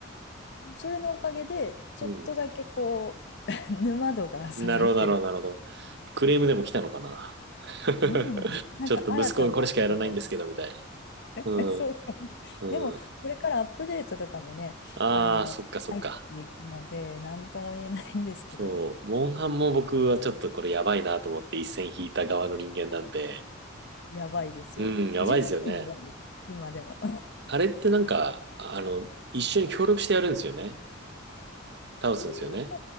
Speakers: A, on the left; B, on the right.
A: それのおかげで、ちょっとだけこう、
B: うん。
A: <laughs> 沼度が下がってる。
B: なるほど、なるほど、なるほど。クレームでも来たのかな。<laughs>
A: どうなんですなんか新たな、
B: ちょっと息子がこれしかやらないんですけど、
A: こ
B: みたいな。うん。
A: う <laughs> そうかも。
B: うん。
A: でも、これからアップデートとかもね、
B: ああ、
A: あの、
B: そっかそっか。
A: 入っていくので、なんとも言えないんですけど、
B: そう。モンハンも僕はちょっとこれやばいなと思って一線引いた側の人間なんで。
A: やばいですよ。
B: うん、やばいですよね。
A: 十分やばいです、今でも。
B: あれってなんか、あの、一緒に協力してやるんですよね。倒すんですよね。
A: うん